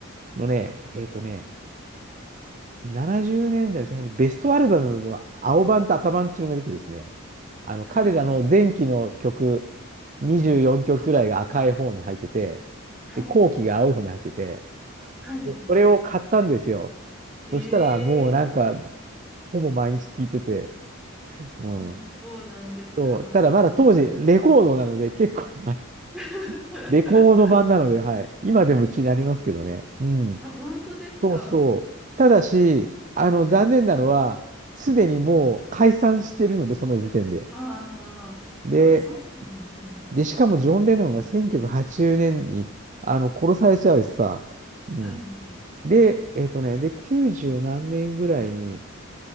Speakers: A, on the right; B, in the centre.
A: のね、えっとね、70年代前半にベストアルバムが青版と赤版っていうのが出てですね、あの彼らの前期の曲、
B: はい
A: 24曲くくらいが赤い方に入ってて、
B: はいはい
A: で、後期が青い方に入ってて、
B: はい、
A: でそれを買ったんですよ。
B: はい。
A: そしたらもうなんか、
B: ええ
A: ほぼ毎日聴いてて、うん。
B: あ、そうなんですか。
A: そう、ただまだ当時、レコードなので結構大変、
B: <laughs>
A: レコード版なので、はい。今でもうちになりますけどね。うん。
B: あ、本当ですか。
A: そうそう。ただし、あの、
B: はい、
A: 残念なのは、すでにもう解散してるので、その時点で。
B: ああ、
A: で、
B: あ、そうなんですね。
A: で、しかもジョン・レノンが1980年にあの殺されちゃうしさ、うん。
B: はい、はい。
A: で、えっとね、で、90何年ぐらいに、